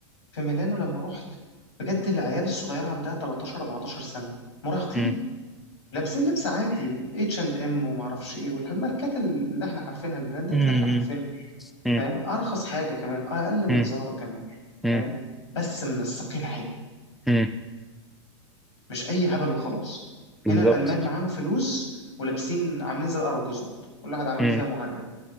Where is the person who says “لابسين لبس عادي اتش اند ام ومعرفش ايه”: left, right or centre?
Left